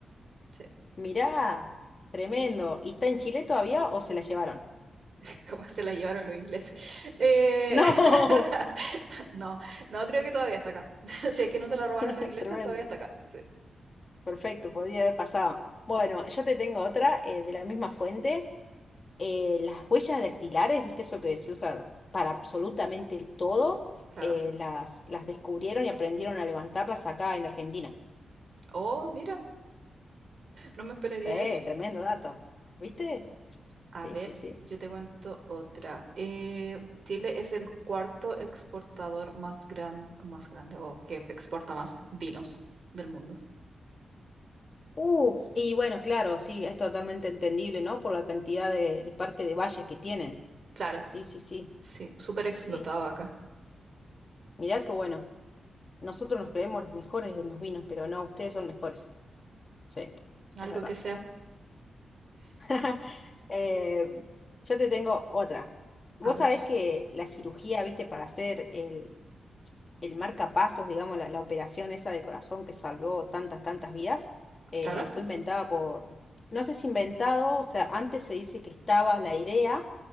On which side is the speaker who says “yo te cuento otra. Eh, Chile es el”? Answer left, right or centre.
Right